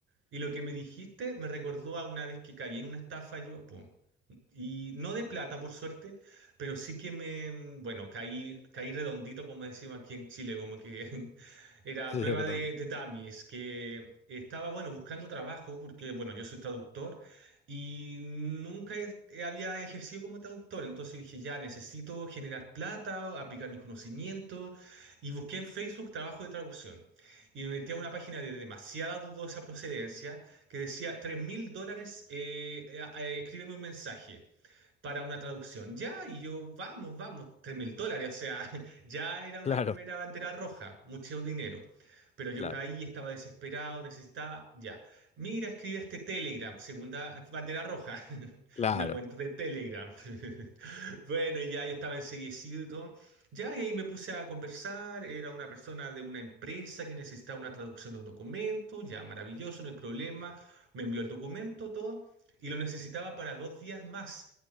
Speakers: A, on the right; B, on the left.
A: Y lo que me dijiste me recordó a una vez que caí en una estafa yo, po. Y no de plata, por suerte, pero sí que me, bueno, caí, caí redondito, como decimos aquí en Chile, como que <laughs> era
B: Sí,
A: prueba
B: sí, acá
A: de,
B: también.
A: de dummies, que estaba, bueno, buscando trabajo, porque, bueno, yo soy traductor y nunca he- he- había ejercido como traductor, entonces dije, ya, necesito generar plata, aplicar mis conocimientos, y busqué en Facebook trabajo de traducción. Y me metí a una página de demasiada dudosa procedencia que decía, tres mil dólares, eh, eh, eh, escríbeme un mensaje para una traducción. Ya, y yo, vamos, vamos, tres mil dólares, o sea, <laughs> ya era
B: Claro,
A: una primera bandera roja, mucho dinero. Pero yo
B: claro,
A: caí, estaba desesperado, necesitaba, ya. Mira, escribe este Telegram, segunda bandera roja, <laughs>
B: claro,
A: una cuenta de Telegram. <laughs> Bueno, y ya yo estaba enseguecido y todo. Ya, y ahí me puse a conversar. Era una persona de una empresa que necesitaba una traducción de un documento. Ya, maravilloso, no hay problema. Me envió el documento, todo. Y lo necesitaba para dos días más.